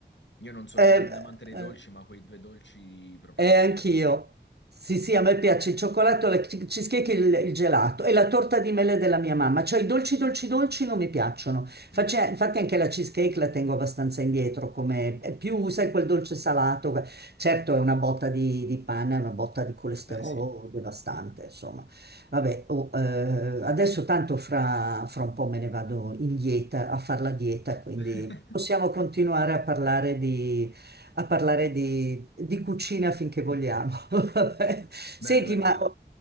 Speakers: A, on the left; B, on the right.
A: Io non sono
B: Eh,
A: un grande amante dei
B: eh.
A: dolci, ma quei due dolci proprio
B: Eh, anch'io.
A: mi...
B: Sì, sì, a me piace il cioccolato, la che- cheesecake e il, il gelato e la torta di mele della mia mamma. Cioè i dolci, dolci, dolci non mi piacciono. Face-
A: Mm,
B: infatti anche la cheesecake la tengo abbastanza indietro, come è più, sai, quel dolce salato. que- Certo è una botta di, di pane, è una botta di colesterolo
A: beh, sì.
B: devastante, insomma. Vabbè, oh, eh, adesso tanto fra, fra un po' me ne vado in dieta, a fare la dieta, quindi
A: <laughs>
B: possiamo continuare a parlare di a parlare di, di cucina finché vogliamo. <laughs> Vabbè. Senti,
A: Beh, guarda,
B: ma